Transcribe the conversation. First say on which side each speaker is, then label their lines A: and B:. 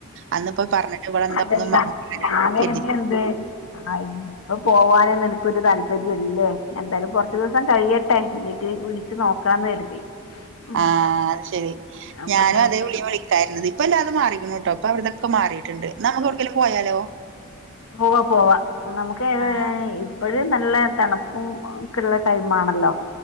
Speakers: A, on the right; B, on the left.
A: അന്ന് പ്പോ പറഞ്ഞിട്ട് ഇ വിടെ എന്താ
B: അതല്ല
A: <unintelligible>
B: ഞാൻ കരുതി എന്ത് ആഹ് ഇപ്പ പോവാന് ന്ന് ഒരു താല്പര്യല്ലേ എന്തായാലും കുറച്ച ദിവസം കഴിയട്ടെ എന്നിട്ട് വിളിച്ച് നോക്കാന്ന് കരുതി ഉം
A: ആ അത് ശെരി
B: അപ്പൊ
A: ഞാനും
B: ഇങ്ങനെയൊക്കെയാണ്
A: അതേ വിളിയും വിളിക്കാരുന്നത് ഇപ്പ അല്ലാതെ മാറിക്കണ കേട്ടോ അപ്പൊ അവരുത ക്കെ മാറിട്ടുണ്ട് നമുക്ക് എവിടക്കേലും പോയാലോ
B: പോവാ പോവാ നമുക്ക്ഏ
A: ആഹ്
B: ഇപ്പ നല്ല തണുപ്പും ഒക്കെള്ള ടൈം ആണല്ലോ